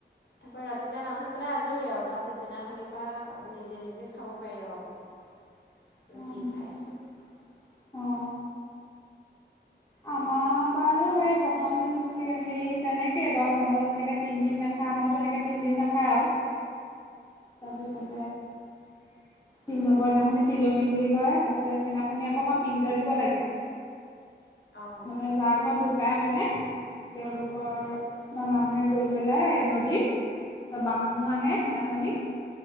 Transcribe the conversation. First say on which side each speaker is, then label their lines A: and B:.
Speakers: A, on the left; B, on the left.
A: তাৰ পৰা ৰাতিলৈ নাম হৈ পেলাই আজৰি আৰু তাৰ পিছদিনা খনিৰ পৰা নিজে নিজে খাব পাৰি আৰু <inaudible>
B: অ অ
A: খায় তেনেকৈ
B: আমাৰ বাৰু সেই প্ৰথম হেই তেনেকে বাৰু তহঁতৰ যেনেকে তিনদিন নাখায় আমাৰো তেনেকে তিনদিন নাখায় নাখাই আও তাৰপিছত
A: <inaudible>
B: তিনি নম্বৰ দিনাখন তিলনী বুলি কয় তাৰপিছত সেইদিনাখনি অক আমাৰ পিণ্ড দিব লাগে।
A: অঁ
B: মানে যাৰ ঘৰত ঢুকাই মানে তেওঁলোকৰ
A: অঁ
B: মানুহে গৈ পেলাই নদীত বামুনো আহে সেইদিনাখনি